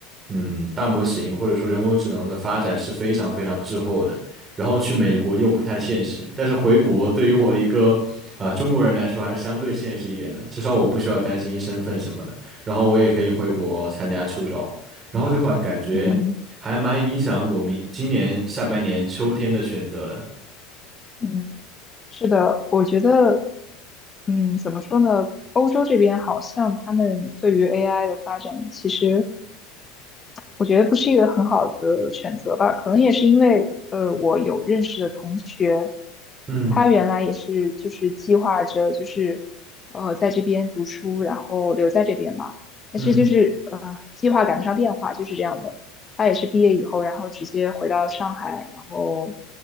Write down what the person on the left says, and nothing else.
嗯。嗯是的，我觉得，嗯，怎么说呢？欧洲这边好像他们对于 AI 的发展，其实我觉得不是一个很好的选择吧，可能也是因为，呃，我有认识的同学，
他原来也是就是计划着就是，呃，在这边读书，然后留在这边嘛，但是就是呃，
计划赶不上变化，就是这样的。他也是毕业以后，然后直接回到上海，然后